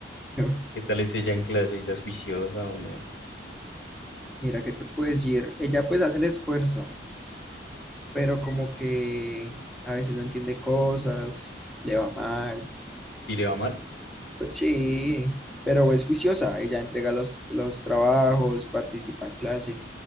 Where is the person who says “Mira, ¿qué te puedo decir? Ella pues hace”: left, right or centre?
Centre